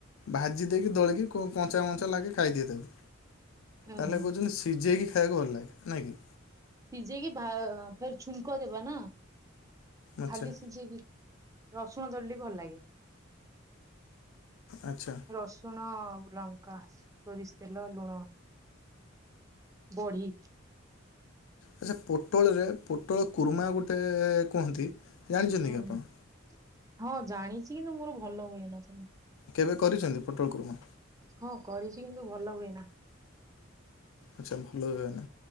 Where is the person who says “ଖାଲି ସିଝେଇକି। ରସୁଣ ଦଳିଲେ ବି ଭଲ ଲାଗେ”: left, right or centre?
Right